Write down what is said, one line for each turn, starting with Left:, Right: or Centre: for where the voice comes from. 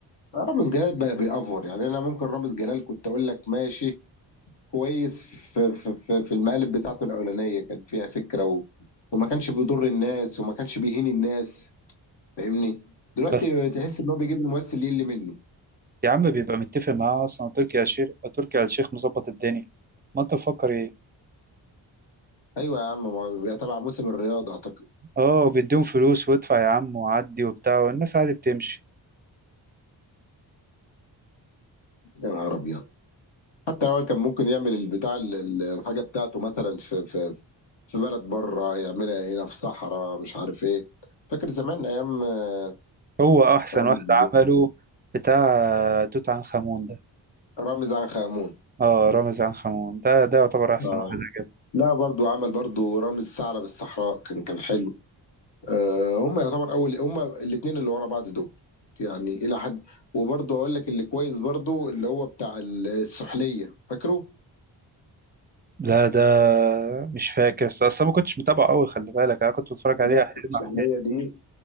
Left: رامز جلال بقى بيأفور يعني انا ممكن رامز جلال كنت اقول لك ماشي كويس في في في في المقالب بتاعته الاولانيه كان فيها فكره و... وما كانش بيضر الناس وما كانش بيهين الناس فاهمني دلوقتي
Right: بس
Left: تحس ان هو بيجيب الممثل يقل منه
Right: يا عم بيبقى متفق معاه اصلا تركي آل الشيخ تركي آل الشيخ مظبط الدنيا ما انت مفكر ايه
Left: ايوه يا عم ما هو بيبقى تبع موسم الرياضه اعتقد
Right: اه بيديهم فلوس وادفع يا عم وعدي وبتاع والناس عادي بتمشي
Left: يا نهار ابيض حتى لو كان ممكن يعمل البتاع ال- ال- الحاجه بتاعته مثلا في في في بلد بره يعملها هنا في صحراء مش عارف ايه فاكر زمان ايام آه،
Right: هو احسن
Left: رامز
Right: واحد عمله بتاع توت عنخ امون ده
Left: رامز عنخ آمون
Right: اه رامز عنخ امون ده ده يعتبر احسن
Left: آه.
Right: واحد عجبني
Left: لا برضو عمل برضو رامز ثعلب الصحراء كان كان حلو آه، هم يعتبر اول هم الاثنين اللي ورا بعض دول يعني الى حد وبرضه اقول لك اللي كويس برضه اللي هو بتاع السحليه فاكره
Right: لا ده مش فاكر اصل أصل أنا ما كنتش متابعه قوي خلي بالك انا كنت بتفرج عليه
Left: لا
Right: احيانا
Left: السحلية دي